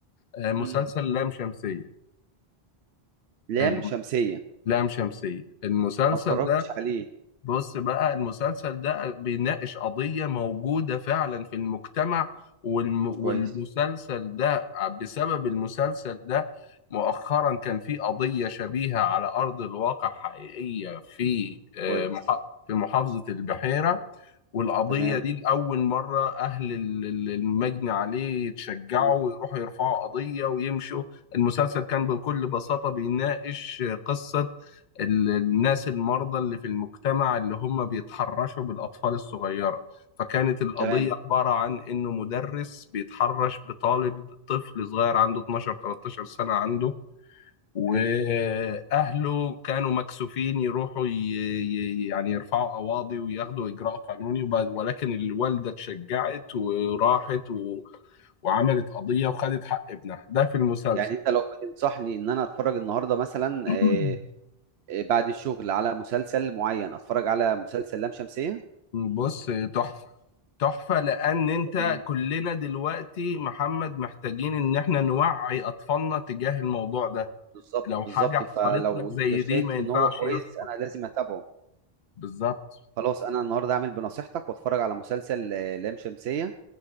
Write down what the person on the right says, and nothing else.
مم.
لام
شمسية
ما اتفرجتش
عليه
كويس
كويس
تمام
مم.
تمام
حلو
يعني انت لو بتنصحني ان انا اتفرج النهارده مثلا
آه، آه، بعد الشغل على مسلسل معين اتفرج على مسلسل لام شمسية
تمام
بالظبط
بالظبط
فلو
انت شايف
ان هو كويس
انا لازم اتابعه
خلاص انا النهارده هعمل بنصيحتك واتفرج على مسلسل آه، لام شمسية